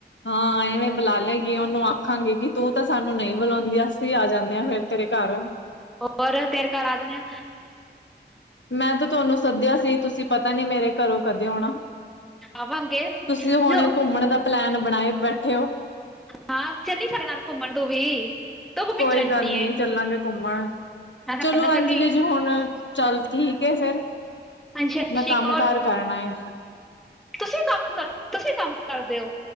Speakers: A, on the left; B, in the centre.
A: ਹਾਂ ਐਵੇਂ ਬੁਲਾ ਲਏਗੀ ਉਹਨੂੰ, ਆਖਾਂਗੇ ਕਿ ਤੂੰ ਤਾਂ ਸਾਨੂੰ ਨਹੀਂ ਬੁਲਾਉਂਦੀ ਅਸੀਂ ਆ ਜਾਂਦੇ ਹਾਂ ਫੇਰ ਤੇਰੇ ਘਰ।
B: ਹੋਰ, ਤੇਰੇ ਘਰ ਆ ਜਾਨੇ ਆ।
A: ਮੈਂ ਤਾਂ ਤੁਹਾਨੂੰ ਸੱਦਿਆ ਸੀ। ਤੁਸੀਂ ਪਤਾ ਨੀ ਮੇਰੇ ਘਰੋਂ ਕਦੇ ਆਉਣਾ।
B: ਆਵਾਂਗੇ
A: ਤੁਸੀਂ ਹੁਣੇ
B: ਜੋ
A: ਘੁੰਮਣ ਦਾ ਪਲੈਨ ਬਣਾਏ ਬੈਠੇ ਹੋ।
B: ਹਾਂ, ਚੱਲੀ ਸਾਡੇ ਨਾਲ ਘੁੰਮਣ ਤੂੰ ਵੀ। ਤੂੰ ਕੋ ਪਿੱਛੇ
A: ਕੋਈ
B: ਰਹਿੰਦੀ
A: ਗੱਲ ਨੀ
B: ਏ
A: ਚੱਲਾਂਗੇ ਘੁੰਮਣ,
B: ਮੈਂ ਸਾਡੇ
A: ਚਲੋ
B: ਨਾਲ ਚੱਲੀ
A: ਅੰਜਲੀ ਜੀ ਹੁਣ ਚੱਲ ਠੀਕ ਐ ਫੇਰ
B: ਹਾਂਜੀ ਸਤਿ
A: ਮੈਂ
B: ਸ਼੍ਰੀ
A: ਕੰਮ
B: ਅਕਾਲ। ਔਰ
A: ਕਾਰ ਕਰਨਾ ਐ।
B: ਤੁਸੀਂ ਕੰਮ ਕਰ ਤੁਸੀਂ ਕੰਮ ਕਰਦੇ ਔ।